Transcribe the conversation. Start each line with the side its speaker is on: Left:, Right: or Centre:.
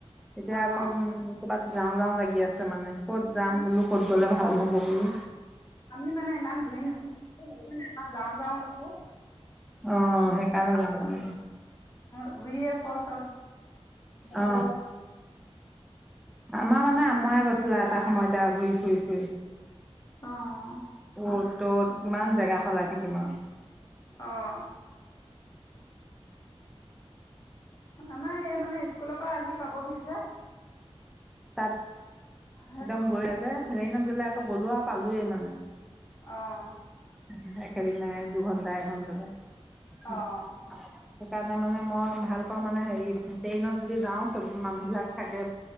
Centre: এতিয়া
Left: অঁ
Centre: আকৌ উম। ক'ৰবাত যাওঁ যাওঁ লাগি আছে মানে। ক'ত যাম
Left: আমি
Centre: বল ক'ত গ'লে ভাল। ভাল হ'ব বোলো।
Left: আমি মানে ইমান ঘূৰি নুফুৰো সেইটো কাৰণে আমাৰ যাও যাওঁ লাগে
Centre: অ
Left: আৰু
Centre: সেইকাৰণে যাব লাগে
Left: ঘৰ। বি পচ
Centre: অ
Left: কল
Centre: আমাৰ মানে আময় গৈছিলে এটা সময়তে ঘূৰি ফুৰি ফুৰি।
Left: অ
Centre: অ ত তত' কিমান জেগা সলাই থাকিম আৰু।
Left: আহ আমাৰ এই মানে স্কুলৰ পৰা আহি পাবহি যে।
Centre: তাত
Left: সেইটো
Centre: একদম গৈ আছে। ট্ৰেইনত গ'লে আকৌ গ'লোৱা পালোয়েই মানে।
Left: অ
Centre: উম নাইট। খেলে নাই দুঘণ্টা এঘণ্টাতে। উ
Left: অঁ
Centre: সেইকাৰণে মানে মই ভাল পাওঁ মানে হেৰি ট্ৰেইনত যদি যাওঁ চব মানুহবিলাক থাকে